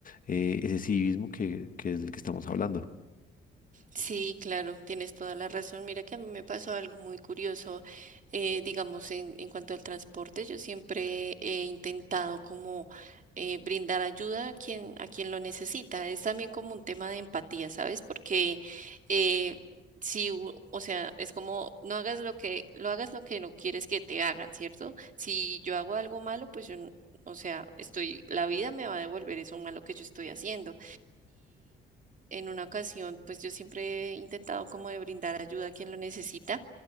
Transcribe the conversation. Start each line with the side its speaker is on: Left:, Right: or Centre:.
Left: eh, ese civismo que, que es del que estamos hablando.
Right: Sí, claro, tienes toda la razón. Mira que a mí me pasó algo muy curioso, eh, digamos, en, en cuanto al transporte. Yo siempre he intentado como eh, brindar ayuda a quien, a quien lo necesita. Es también como un tema de empatía, ¿sabes? Porque eh, si, u- o sea, es como no hagas lo que, lo hagas lo que no quieres que te hagan, ¿cierto? Si yo hago algo malo, pues yo, n- o sea, estoy, la vida me va a devolver eso malo que yo estoy haciendo en una ocasión, pues yo siempre he intentado como de brindar ayuda a quien lo necesita